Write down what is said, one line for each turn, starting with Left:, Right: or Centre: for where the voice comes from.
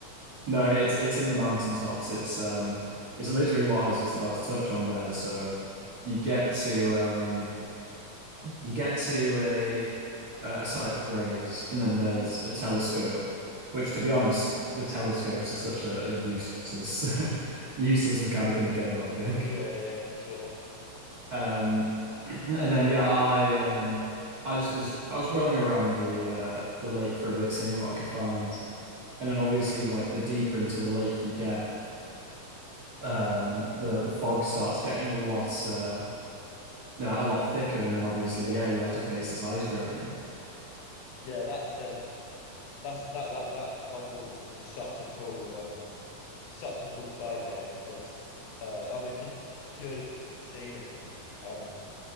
Right: No, it's it's in the mountaintops. It's um it's literally what I was just about to touch on there. So you get to um you get to a a site of grace and then there's a telescope, which to be honest, the telescopes is such a, a useless <laughs> useless mechanic in the game, I think.
Left: Yeah, yeah, for sure.
Right: Um <clears throat> and then yeah, I um I just was I was rolling around the uh the lake for a bit, seeing what I could find. And then obviously like the deeper into the lake you get um the the fog starts getting a lot uh yeah, a lot thicker and then obviously
Left: Yeah.
Right: yeah you have to face this ice dragon
Left: yeah, that's um that's that that that I thought was was such a cool um such a cool fight there because uh I mean just purely because of the scenery um